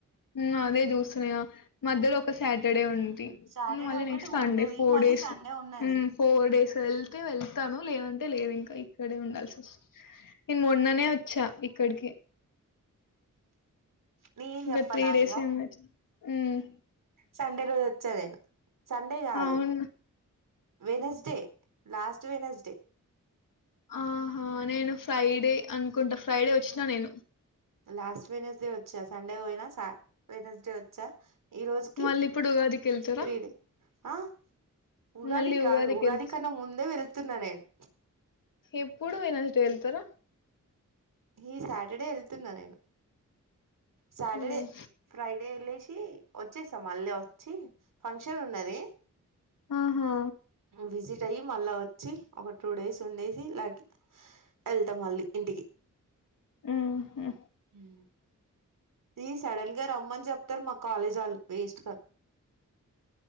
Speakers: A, on the left; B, on the right.
A: మ్మ్ అదే జూస్తున్నా ఇగ మధ్యలో ఒక సాటర్డే ఉంది
B: సాటర్డే
A: ది మళ్ళీ
B: ఒక్కటి
A: నెక్స్ట్ సండే
B: పోతది
A: ఫోర్
B: మళ్ళీ
A: డేస్
B: సండే ఉన్నది
A: మ్మ్ ఫోర్ డేస్ వెళ్తే వెళ్త తను లేదంటే లేదు ఇంకా ఇక్కడే ఉండాల్సి వస్తది నేన్ మొన్ననే వచ్చా ఇక్కడికి
B: నేన్
A: ఇంకా
B: జెప్పన్నా
A: త్రీ డేస్
B: ఇగ,
A: ఏమి ఉమ్,
B: సండే రోజు వచ్చా నేను సండే గాదు
A: అవును
B: వెనస్డే లాస్ట్ వెనస్డే
A: ఆహా నేను ఫ్రైడే అనుకుంటా ఫ్రైడే వచ్చినా నేను
B: లాస్ట్ వెనస్డే వచ్చ సన్డే పోయినా సా వెనస్డే వచ్చా ఈ రోజుకి
A: మళ్ళీ ఇప్పుడు ఉగాదికి వెళ్తారా
B: త్రీ డే, ఆ ఉగాది
A: మళ్ళీ
B: గాదు
A: ఉగాదికి
B: ఉగాది
A: వెళ్తా
B: కన్నా ముందే వెళ్తు తున్నా నేను
A: ఎప్పుడు వెనస్డే వెళ్తరా
B: ఈ సాటర్డే ఎళ్తున్నా నేను సాటర్డే
A: హ్మ్.
B: ఫ్రైడే ఎలేశి వచ్చేస్తా మళ్ళీ వచ్చి ఫంక్షన్ ఉన్నది
A: ఆహా
B: విజిట్ అయి మళ్ళా వచ్చి ఒక టూ డేస్ ఉండేసి లాగే ఎళ్తా మళ్ళీ ఇంటికి
A: హుహు.
B: మ్ ఈ సడన్ గా రమ్మని జెప్తరు మా కాలేజ్ వాళ్ళు వేస్ట్